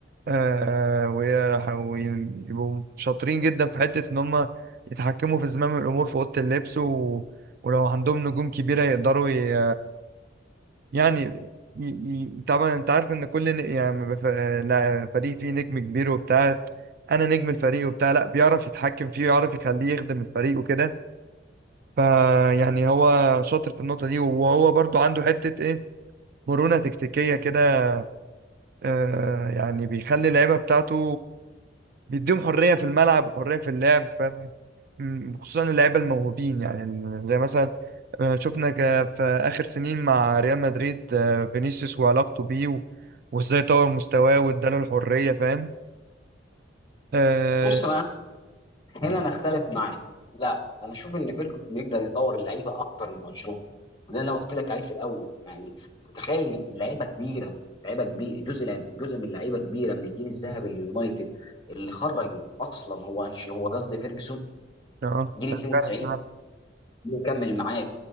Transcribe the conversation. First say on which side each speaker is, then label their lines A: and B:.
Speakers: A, on the right (about 55°); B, on the left (about 25°).
A: آه ويح- ويبقوا شاطرين جدا في حتة إن هم يتحكموا في زمام الأمور في أوضة اللبس و... ولو عندهم نجوم كبيرة يقدروا ي... يعني ي... ي... طبعا أنت عارف إن كل ن... يعني ما بف... لا فريق فيه نجم كبير وبتاع أنا نجم الفريق وبتاع لا بيعرف يتحكم فيه ويعرف يخليه يخدم الفريق وكده فيعني هو شاطر في النقطة دي وهو برضو عنده حتة إيه مرونة تكتيكية كده آه يعني بيخلي اللعيبة بتاعته بيديهم حرية في الملعب وحرية في اللعب فاهم م- خصوصا اللعيبة الموهوبين يعني ال- زي مثلا آه، شفنا ك- في آخر سنين مع ريال مدريد آه، فينيسيوس وعلاقته بيه و- وازاي طور مستواه واداله الحرية فاهم اه
B: بص انا هنا انا اختلف معاك لا انا اشوف ان فيرجن يقدر يطور اللعيبه اكتر من انشيلوتي وده اللي انا قلت لك عليه في الاول يعني متخيل إن لعيبه كبيره لعيبه كبير جزء لع- جزء من لعيبه كبيره من الجيل الذهبي لليونايتد اللي خرجوا اصلا هو أنش... هو قصدي فيرجسون
A: آه،
B: جيل 92
A: فعلا فعلا
B: كمل معاك